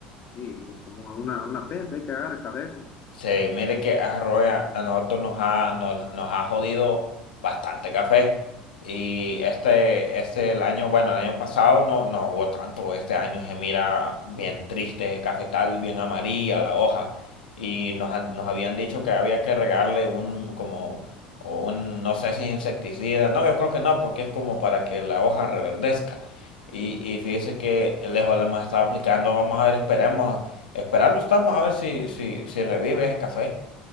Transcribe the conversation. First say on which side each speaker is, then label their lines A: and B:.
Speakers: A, on the left; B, on the left.
A: Sí, es como a una, una peste, hay que agarrar el caleco.
B: Se mire que Arroya a nosotros nos ha, nos, nos ha jodido bastante café. Y este, este el año, bueno, el año pasado no, no hubo tanto. Este año se mira bien triste, cafetal, bien amarilla la hoja. Y nos, han- nos habían dicho que había que regarle un, como, un, no sé si insecticida. No, yo creo que no, porque es como para que la hoja reverdezca. Y, y fíjese que lejos le hemos estado aplicando. Vamos a ver, esperemos. Esperando estamos a ver si, si, si revive ese café.